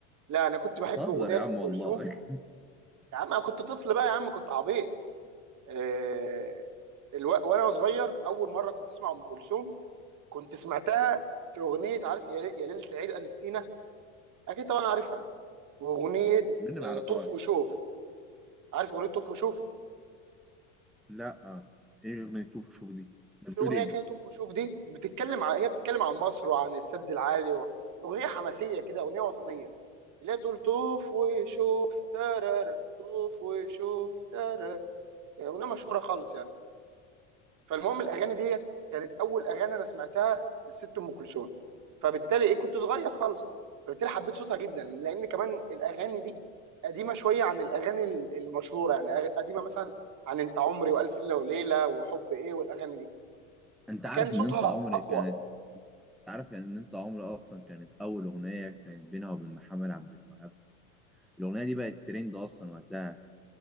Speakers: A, on the right (about 45°); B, in the centre.
A: لا انا كنت بحب
B: بتهزر
A: اغنيه
B: يا
A: لام
B: عم
A: كلثوم
B: والله <laughs>
A: يا عم انا كنت طفل بقى يا عم كنت عبيط آه الو... وانا صغير اول مره كنت اسمع ام كلثوم كنت سمعتها في اغنيه عارف يا, لي- يا ليله العيد انستينا اكيد طبعا عارفها واغنيه
B: مين اللي ما
A: آه
B: يعرفهاش
A: طوف وشوف عارف اغنيه طوف وشوف
B: لا ايه اغنيه شوف شوف دي انت
A: في
B: بتقول
A: اغنيه
B: ايه
A: كده طوف وشوف دي بتتكلم عن هي بتتكلم عن مصر وعن السد العالي و... اغنيه حماسيه كده اغنيه وطنيه اللي هي بتقول طوف وشوف ترارا طوف وشوف ترارا اغنيه مشهوره خالص يعني فالمهم الاغاني دي كانت اول اغاني انا سمعتها للست ام كلثوم فبالتالي ايه كنت صغير خالص فبالتالي حبيت صوتها جدا لان كمان الاغاني دي قديمه شويه عن الاغاني ال- المشهوره يعني أغ- قديمه مثلا عن انت عمري والف ليله وليله وحب ايه والاغاني دي
B: انت
A: فكان
B: عارف
A: صوتها
B: ان انت عمري
A: اقوى
B: كانت انت عارف يعني ان انت عمري اصلا كانت اول اغنيه كانت بينها وبين محمد عبد الوهاب الاغنيه دي بقت ترند اصلا وقتها